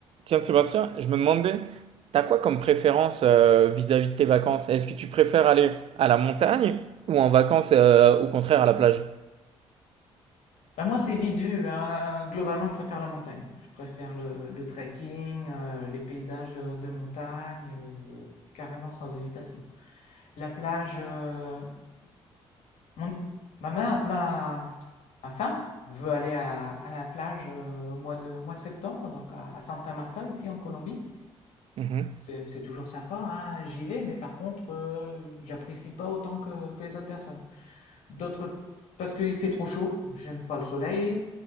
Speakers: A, on the right; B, on the left.
A: Tiens, Sébastien, je me demandais, t'as quoi comme préférence euh, vis-à-vis de tes vacances? Est-ce que tu préfères aller à la montagne ou en vacances, euh, au contraire, à la plage?
B: Bah, moi, c'est vite vu, hein. Globalement, je préfère la montagne. Je préfère le, le trekking, euh, les paysages euh, de montagne, euh, carrément sans hésitation. La plage, euh, mon- ma, ma, ma- ma femme veut aller à, à la plage euh, au mois de, au mois de septembre, donc à, à Santa Marta, ici en Colombie.
A: Mhm.
B: C'est c'est toujours sympa, hein, j'y vais, mais par contre, euh, j'apprécie pas autant que, que les autres personnes. D'autres, parce qu'il fait trop chaud, j'aime pas le soleil,